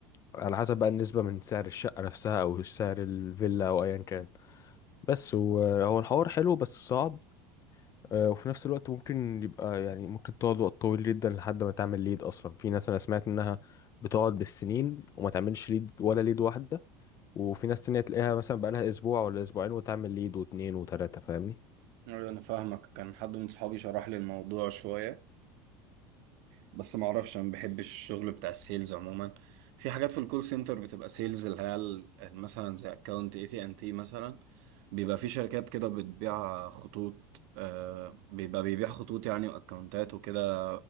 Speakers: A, on the left (about 35°); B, on the right (about 65°).
A: على حسب بقى النسبة من سعر الشقة نفسها او سعر الفيلا او ايا كان بس هو هو الحوار حلو بس صعب آه، وفي نفس الوقت ممكن يبقى يعني ممكن تقعد وقت طويل جدا لحد ما تعمل ليد اصلا في ناس انا سمعت انها بتقعد بالسنين وما تعملش ليد ولا ليد واحده وفي ناس تانية تلاقيها مثلا بقالها اسبوع ولا اسبوعين وتعمل ليد واتنين وتلاته فاهمني
B: أيوة أنا فاهمك كان حد من صحابي شرح لي الموضوع شوية بس ما أعرفش أنا ما بحبش الشغل بتاع السيلز عموما في حاجات في الكول سنتر بتبقى سيلز اللي هي ال- ال- مثلا زي أكاونت اي تي ان تي مثلا بيبقى في شركات كده بتبيع خطوط آه بيبقى بيبيع خطوط يعني وأكاونتات وكده